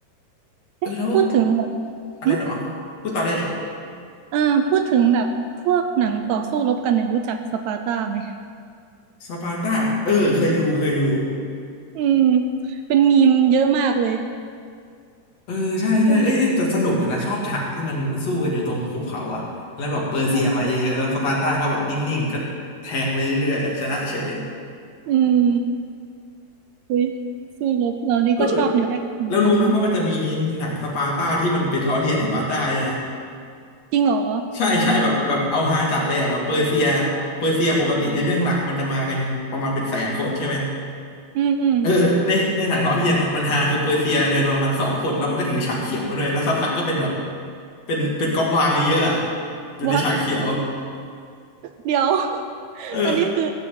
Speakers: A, on the right; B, on the left.
A: เอ้ยพูดถึงแบบ
B: เออแล้วอะไรเหรอ
A: หึ
B: พูดต่อได้
A: อ่าพูดถึงแบบพวกหนังต่อสู้รบกันเนี่ยรู้จักสปาร์ตาไหม
B: สปาร์ตาเออเคยดูเคยดู
A: อืมเป็นมีมเยอะมากเลย
B: เออใช่ใช่เอ้ยเอ้ยแต่สนุกอยู่นะชอบฉากที่มันสู้กันอยู่ตรงหุบเขาอะแล้วแบบเปอร์เซียมาเยอะๆแล้วสปาร์ตาก็แบบนิ่งๆก็แทงไปเรื่อยๆอะชนะเฉย
A: อืมใช่อืมอุ้ยสู้รบเรานี่ก็ชอบแนวแอคชั่นเหมือนกันนะเนี่ย
B: เออเออแล้วรู้ไหมว่ามันจะมีหนังสปาร์ตาที่มันเป็นล้อเลียนสปาร์ตาเนี่ยนะ
A: จริงเหรอ
B: ใช่ใช่แบบแบบเอาฮาจัดเลยอะแบบเปอร์เซียเปอร์เซียปกติในเรื่องหลักมันจะมากันประมาณเป็นแสนคนใช่ไหม
A: อืมอืม
B: เออในในหนังล้อเลียนมันมันฮาคือเปอร์เซียเดินมาประมาณสองคนแล้วมันก็ถือฉากเขียวมาด้วยแล้วสักพักก็เป็นแบบเป็นเป็นก๊อบวางเยอะๆอะอยู่ในฉากเขียว
A: วัดเดี๋ยว <laughs>
B: เออ
A: อันนี้คือ